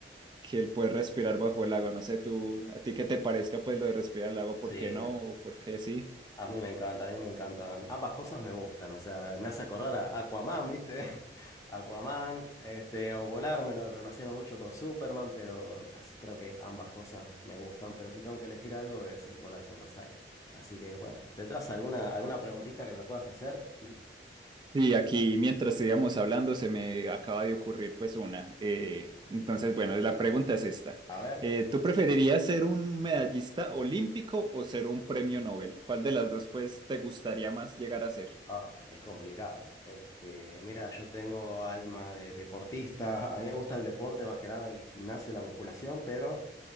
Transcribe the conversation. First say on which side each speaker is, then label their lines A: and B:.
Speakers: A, on the right; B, on the left.
A: que el poder respirar bajo el agua. No sé, tú, a ti qué te parezca pues lo de respirar el agua, ¿por
B: Sí,
A: qué no? ¿O ¿Por qué sí?
B: a mí me encanta, a mí me encantan. Ambas cosas me gustan, o sea, me hace acordar a Aquaman, ¿viste? <laughs> Aquaman, este, o volar, me lo relaciono mucho con Superman, pero así creo que ambas cosas me gustan, pero si tengo que elegir algo es eh, volar por los aires. Así que bueno, ¿tendrás alguna, alguna preguntita que me puedas hacer? <laughs>
A: Y aquí, mientras estábamos hablando, se me acaba de ocurrir pues una. Eh, entonces, bueno, la pregunta es esta.
B: A ver.
A: Eh, ¿tú preferirías ser un medallista olímpico o ser un premio Nobel? ¿Cuál de las dos pues te gustaría más llegar a ser?
B: Ah, es complicado. Este, mira, yo tengo alma de deportista. A mí me gusta el deporte, más que nada el gimnasio y la musculación, pero